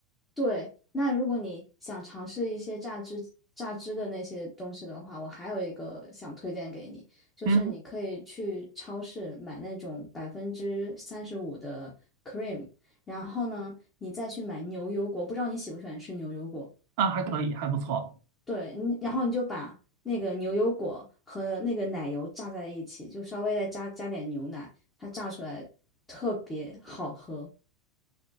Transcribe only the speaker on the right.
嗯，
啊，还可以，还不错，